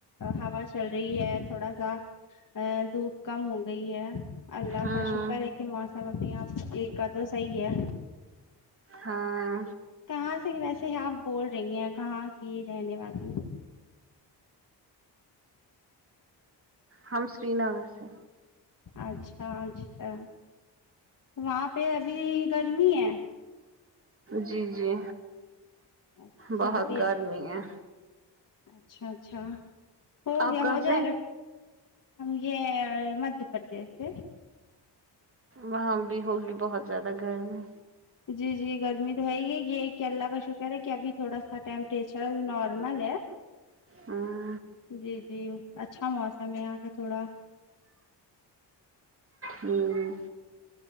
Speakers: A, on the left (about 50°); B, on the right (about 30°).
A: ہوا چل رہی ہے تھوڑا سا ا دھوپ کم ہو گئی ہے اللہ
B: ہاں
A: کا شکر ہے کہ موسم ابھی یہاں ایک کا تو صحیح ہے
B: ہاں
A: کہاں سے ویسے آپ بول رہی ہیں کہاں کی رہنے والی
B: ہم سرینگر سے
A: اچھا اچھا وہاں پہ ابھی گرمی ہے
B: جی جی
A: اچھا
B: بہت
A: ابھی
B: گرمی ہے
A: اچھا اچھا ہو
B: آپ
A: گیا
B: کہاں
A: ہو جائے
B: سے
A: گا ہم یہ مدھیہ پردیش سے
B: وہاں بھی ہوگی بہت زیادہ گرمی
A: جی جی گرمی تو ہے ہی یہ کہ اللہ کا شکر ہے کہ ابھی تھوڑا سا ٹمپریچر نارمل ہے
B: ہاں
A: جی جی اچھا موسم ہے یہاں کا تھوڑا
B: ہمم